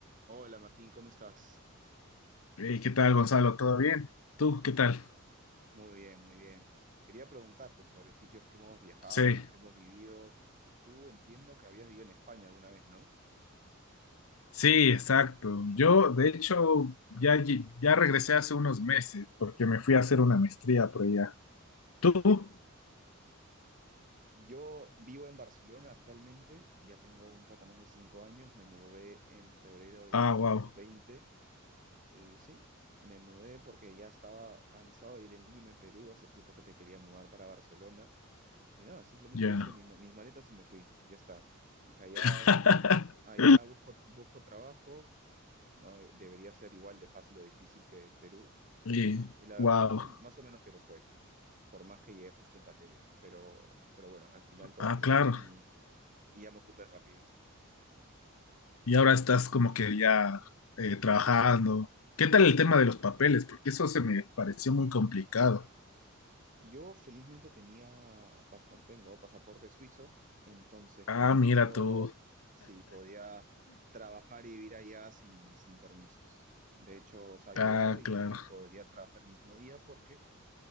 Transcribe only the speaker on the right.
Hola Martín, ¿cómo estás?
Muy bien, muy bien. Quería preguntarte sobre sitios que hemos viajado,
los que hemos vivido. Tú entiendo que habías vivido en España alguna vez, ¿no?
Yo vivo en Barcelona actualmente, ya tengo un poco más de cinco años, me mudé en febrero de 2020
y sí, me mudé porque ya estaba cansado de vivir en Lima, en Perú, hace tiempo que me quería mudar para Barcelona y nada, simplemente
hice mi ma- mis maletas y me fui, ya está. Dije, allá,
allá busco, busco trabajo, No De- debería ser igual de fácil o difícil que Perú.
Y, y la verdad
es que más, o- más o menos que lo fue, por más que llegué justo en pandemia. Pero, pero bueno, al final todo
salió
bien y, y ya me ocupé rápido.
Yo felizmente tenía, pas- bueno, tengo pasaporte suizo, entonces
con esto
sí podía trabajar y vivir allá sin, sin permisos. De hecho, o sea, llegaba
y
podría trabajar el mismo día porque,